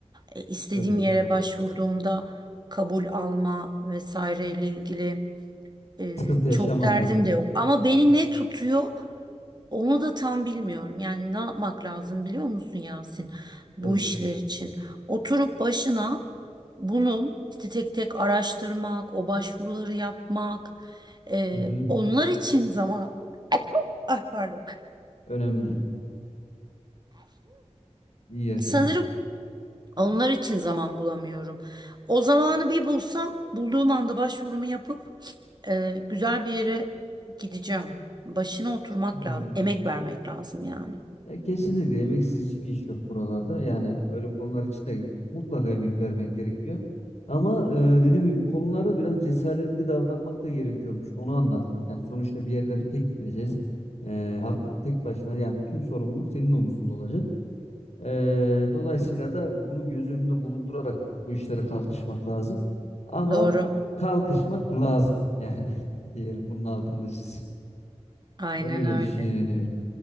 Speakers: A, on the right (about 35°); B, on the left (about 65°).
A: E, istediğim
B: Evet.
A: yere başvurduğumda kabul alma vesaireyle ilgili e,
B: Sıkıntı yaşamam
A: çok derdim
B: diyorsun.
A: de yok. Ama beni
B: Hı,
A: ne tutuyor? Onu da tam bilmiyorum. Yani ne yapmak lazım biliyor musun Yasin? Bu
B: Evet.
A: işler için. Oturup başına bunun işte tek tek araştırmak, o başvuruları yapmak, e,
B: Hı hı.
A: onlar için zaman... Ah pardon.
B: Önemli değil. İyi yaşayın.
A: Sanırım onlar için zaman bulamıyorum. O zamanı bir bulsam, bulduğum anda başvurumu yapıp e, güzel bir yere gideceğim. Başına oturmak
B: Hmm.
A: lazım, emek vermek lazım yani.
B: Ya kesinlikle emeksiz hiçbir iş yok buralarda. Yani öyle konular için de mutlaka emek vermek gerekiyor. Ama e, dediğim gibi bu konularda biraz cesaretli davranmak da gerekiyormuş. Onu anladım. Yani sonuçta bir yerlere tek gideceğiz. E, artık tek başına yani tüm sorumluluk senin omuzunda olacak. E, dolayısıyla da bunu göz önünde bulundurarak bu işlere kalkışmak lazım. Ama
A: Doğru.
B: kalkışmak lazım. Yani <laughs> diyelim bunun altını da çizeyim.
A: Aynen
B: Ben öyle
A: öyle.
B: düşünüyorum.